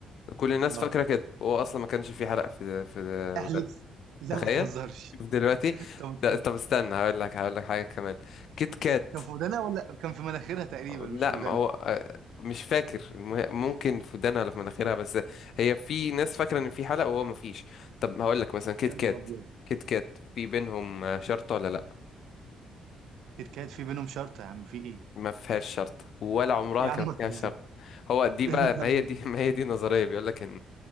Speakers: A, on the left; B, on the right.
A: كل الناس
B: الله
A: فاكرة كده وهو اصلا ما كانش في حلق في في
B: احلف
A: ودانها
B: لا
A: تخيل
B: ما تهزرش
A: شوف دلوقتي
B: <laughs> انت
A: لا طب استنى هقول لك هقول لك حاجة كمان كيت كات
B: كان في ودانها ولا كان في مناخيرها تقريبا
A: لا
B: مش في ودانها
A: ما هو آه، مش فاكر المه- ممكن في ودانها ولا في مناخيرها بس هي في ناس فاكره ان في حلقه وهو ما فيش طب هقول لك مثلا كيت
B: يا
A: كات
B: نهار ابيض
A: كيت كات في بينهم آه، شرطه ولا لا
B: اتكاد في بينهم شرط يا عم في ايه
A: ما فيهاش شرطه ولا عمرها
B: يا
A: كان
B: عم ما
A: فيها
B: تهزر
A: شرطه هو
B: <laughs>
A: دي
B: يا
A: بقى
B: نهار
A: ما هي
B: ابيض
A: دي <laughs> ما هي دي نظريه بيقول لك ان